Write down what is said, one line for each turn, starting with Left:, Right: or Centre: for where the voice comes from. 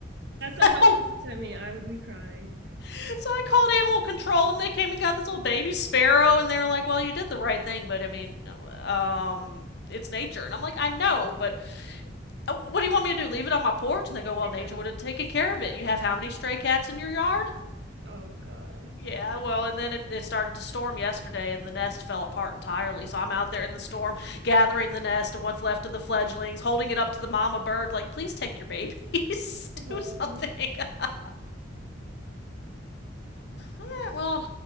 Right: That's a
Left: I
Right: hundred
Left: don't
Right: percent me. I would be crying.
Left: <laughs> So I called animal control, and they came and got this little baby sparrow, and they're like, "Well, you did the right thing, but I mean, um, it's nature." And I'm like, "I know, but uh, what do you want me to do? Leave it on my porch?" And they go, "Well,
Right: I
Left: nature
Right: know.
Left: would have taken care of it. You have how many stray cats in your yard?"
Right: Oh gosh.
Left: Yeah, well, and then it, it started to storm yesterday, and the nest fell apart entirely. So I'm out there in the storm, gathering the nest and what's left of the fledglings, holding it up to the mama bird, like, "Please take your babies,
Right: Uh-huh.
Left: <laughs> do something." <laughs> All right, well,